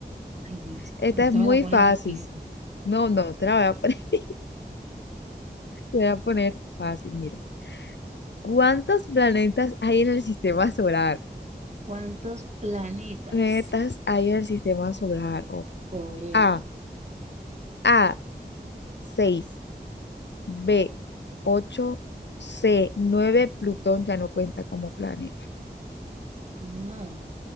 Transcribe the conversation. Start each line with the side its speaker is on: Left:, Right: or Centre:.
Right: Ay, Dios,
Left: Esta
Right: ahorita
Left: es muy
Right: me la pones
Left: fácil.
Right: difícil.
Left: No, no, te la voy a poner, <laughs> te voy a poner fácil, mira. ¿Cuántos planetas hay en el sistema solar?
Right: ¿Cuántos planetas?
Left: planetas hay en el sistema solar? O
Right: Oye,
Left: A, A, seis B, ocho C, nueve Plutón ya no cuenta como planeta.
Right: no,